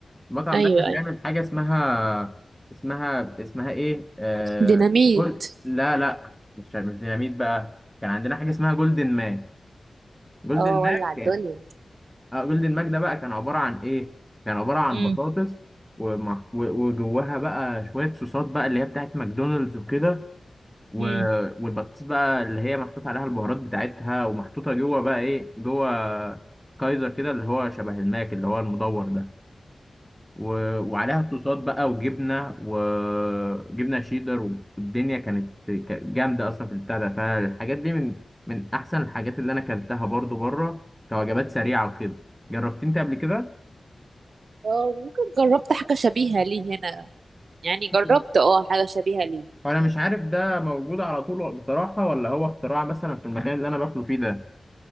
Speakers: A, in the centre; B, on the right.
A: المطعم
B: ايوه
A: ده كان
B: ايوه
A: بيعمل حاجة اسمها اسمها اسمها ايه آه...
B: ديناميت
A: جول... لا لا مش مش ديناميت بقى كان عندنا حاجة اسمها جولدن ماك جولدن
B: اه
A: ماك
B: ولع الدنيا
A: كان اه جولدن ماك ده بقى كان عبارة عن ايه كان عبارة عن
B: امم
A: بطاطس ومع... و- وجواها بقى شوية صوصات بقى اللي هي بتاعت ماكدونالدز وكده و...
B: امم
A: والبطاطس بقى اللي هي محطوط عليها البهارات بتاعتها ومحطوطة جوه بقى ايه جوه كايزر كده اللي هو شبه الماك اللي هو المدور ده و- وعليها صوصات بقى وجبنه وجبنه شيدر والدنيا كانت ك- جامده اصلا في البتاع ده فالحاجات دي من من احسن الحاجات اللي انا اكلتها برضو بره كوجبات سريعه وكده جربت انت قبل كده
B: اه ممكن جربت حاجة شبيهة ليه هنا يعني جربت
A: مم.
B: اه حاجة شبيهة ليه
A: وانا مش عارف ده موجود على طول بصراحه ولا هو اختراع مثلا في المكان اللي انا باكله فيه ده